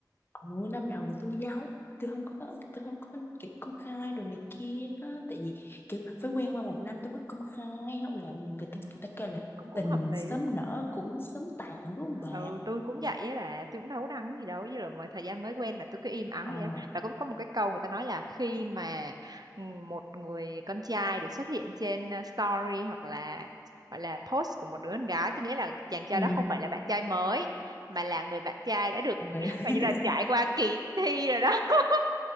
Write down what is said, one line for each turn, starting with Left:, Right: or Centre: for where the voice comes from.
Left: ừ, năm đầu là tôi giấu tôi không có tôi không có kiểu công khai đồ này kia đó tại vì kiểu phải quen qua một năm tôi mới công khai không là người ta,
Right: Ừm,
Left: người ta kêu là
Right: cũng cũng
Left: tình
Right: hợp lý
Left: sớm nở cũng sớm tàn đúng không bà
Right: ừ tôi cũng vậy á bà tôi cũng đâu có đăng gì đâu với là mà thời gian mới quen là tôi cứ im ắng
Left: ờ
Right: vậy á bà có có một cái câu người ta nói là khi mà ừ, một người con trai được xuất hiện trên ờ, story hoặc là gọi là post của một đứa con gái tôi nghĩa là chàng trai
Left: ừ
Right: đó không phải là bạn trai mới mà là người bạn trai đã được
Left: người
Right: <laughs>
Left: <laughs>
Right: và như là trải qua kỳ thi rồi đó <laughs>